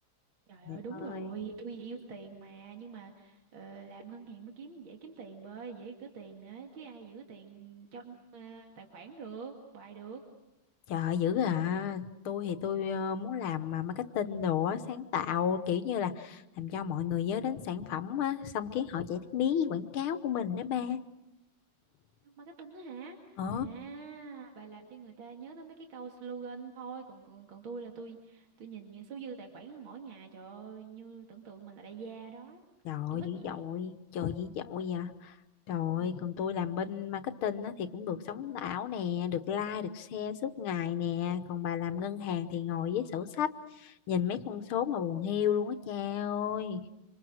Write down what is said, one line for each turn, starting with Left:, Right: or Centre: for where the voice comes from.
Right: Trời ơi
Left: Trời
Right: đúng
Left: ơi.
Right: rồi, tôi yêu tiền mà nhưng mà ờ, làm ngân hàng mới kiếm dễ kiếm tiền bơi, dễ gửi tiền nữa chứ ai giữ tiền trong ờ, tài khoản được, bài được.
Left: Trời ơi, dữ à. Tôi thì tôi ờ, muốn làm mà marketing đồ á, sáng tạo kiểu như là làm cho mọi người nhớ đến sản phẩm á, xong khiến họ chạy nước miếng với quảng cáo của mình đó ba.
Right: Marketing đó hả?
Left: Ờ,
Right: À, bài làm cho người ta nhớ tới mấy cái câu slogan thôi, còn còn, còn tôi là tôi tôi nhìn những số dư tài khoản mỗi ngày trời ơi như tưởng tượng mình là đại gia đó.
Left: trời ơi,
Right: Tôi thích
Left: dữ
Right: vậy.
Left: dội, trời dữ dội vậy. Rồi,
Right: Ừ.
Left: còn tôi làm bên marketing á, thì cũng được sống ảo nè, được like, được share suốt ngày nè. Còn bà làm ngân hàng thì ngồi với sổ sách, nhìn mấy con số mà buồn hiu luôn á cha ơi.